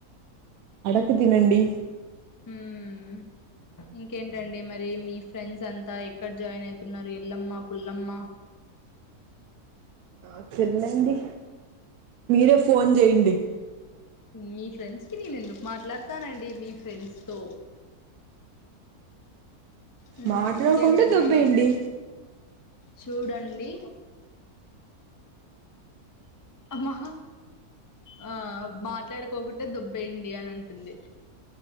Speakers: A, on the right; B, on the left.
A: అడకు తినండి
B: ఉమ్ ఇంకేంటండి మరి మీ ఫ్రెండ్స్ అంతా ఎక్కడ జాయిన్ అయితున్నారు ఎల్లమ్మ పుల్లమ్మా
A: ఆ చిల్లండి మీరే ఫోన్ చేండి
B: మీ ఫ్రెండ్స్ కి నేను ఎందుకు మాట్లాడతానండి మీ ఫ్రెండ్స్ తో హ్మ్
A: మాట్లాడుకుంటే
B: ఇంకేంటండి
A: దొబ్బేయండి
B: చూడండి మాహ ఆ మాట్లాడుకోకుంటే దొబ్బేయండి అని అంటుంది